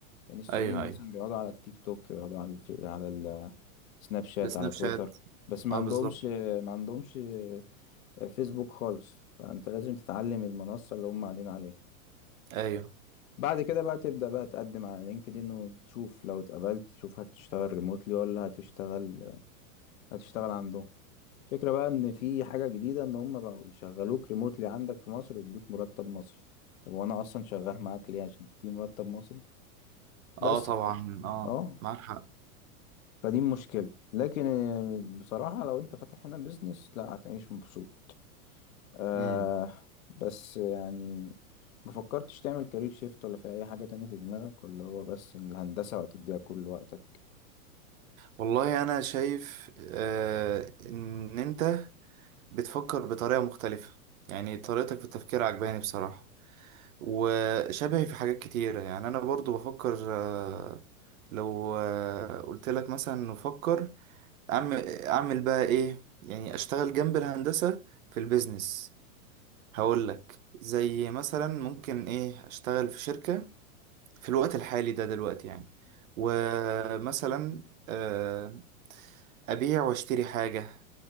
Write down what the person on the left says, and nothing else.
يعني السعوديين
مثلا
بيقعدوا على التيك توك بيقعدوا على الف... على السناب شات
على تويتر
بس ما
عندهمش
ما عندهمش آه، فيسبوك خالص فانت لازم تتعلم المنصه اللي هم قاعدين عليها
بعد كده بقى تبدا بقى تقدم على لينكدين وتشوف لو اتقبلت تشوف هتشتغل ريموتلي ولا هتشتغل هتشتغل عندهم فكرة بقى ان في حاجة جديدة ان هم بقوا يشغلوك ريموتلي عندك في مصر ويدوك مرتب مصري طب وانا اصلا شغال معاك ليه عشان تديني مرتب مصري بس
ف...
اه
فدي مشكلة لكن آه، بصراحة لو انت فاتح هنا بيزنس لا هتعيش مبسوط آه
بس يعني ما فكرتش تعمل كارير شيفت ولا في اي حاجة تانية في دماغك ولا هو بس الهندسة وهتديها كل وقتك